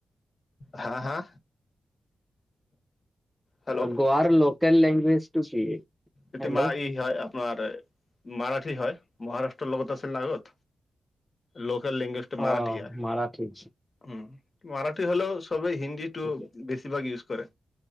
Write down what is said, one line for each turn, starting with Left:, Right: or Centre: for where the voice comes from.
Left: হা! হা! হেল্ল'
Centre: গোৱৰ লোকেল লেংগুৱেজ টো কি?
Left: এতিয়া
Centre: হেল্ল'
Left: <unintelligible> আপোনাৰ মাৰাঠী হয়। মহাৰাষ্ট্ৰ লগত আছে লাগত। লোকেল লেংগুৱেজটো মাৰাঠী
Centre: অ'
Left: হয়।
Centre: মাৰাঠী আচ্ছা
Left: উম, মাৰাঠী হ'লেও, চবেই হিন্দীটো
Centre: ঠিকে
Left: বেছিভাগ ইউজ কৰে।